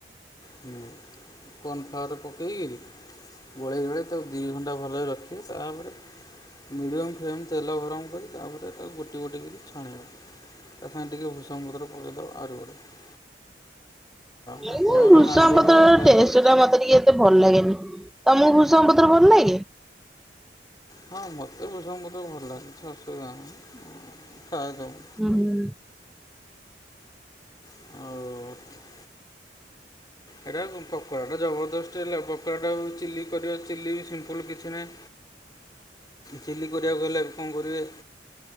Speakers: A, on the left; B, in the centre.
A: ହୁଁ କନଫ୍ଲାଅର୍ ପକେଈକି ଗୋଳେଇ ଗୋଳେଇ ତାକୁ ଦୁଇ ଘଣ୍ଟା ଭଲରେ ରଖିବେ ତାପରେ ମିଡ଼ିୟମ୍ ଫ୍ଲେମ୍ ତେଲ ଗରମ କରି ତା ପରେ ତାକୁ ଗୋଟି ଗୋଟି କିରି ଛାଣିବା। ତା ସାଙ୍ଗରେ ଟିକେ ଭୂଷଘଂ ପତ୍ର ପକେଇଦବ ଆହୁରି ବଢ଼ିଆ। ହଁ
B: ଭୂଷଙ୍ଗ
A: କଳରା ନାଲି
B: ପତ୍ର
A: ହବା ଫ୍ରାଏ
B: ଟେଷ୍ଟ୍
A: କରି
B: ଟା ମତେ ଟିକେ କେ ଭଲ୍ ଲାଗେନି ତମୁକୁ ଭୁସଙ୍ଗ ପତ୍ର ଭଲ୍ ଲାଗେ?
A: ହଁ ମତେ ଭୂଷଘଂ ପତ୍ର ଭଲ ଲାଗୁଛି ଅସୁବିଧା ନାହିଁ ଖାଏ ତାକୁ
B: ଉଁ ହୁଁ।
A: ଆଉ ଏଇଟା ପକଡ଼ାଟା ଜବରଦସ୍ ହେଲା ପକୋଡ଼ଟା ଚିଲି କରିବା ଚିଲି ବି ସିମ୍ପଲ୍ କିଛି ନାଇଁ। ଚିଲି କରିବାକୁ ହେଲେ କଁ କରିବେ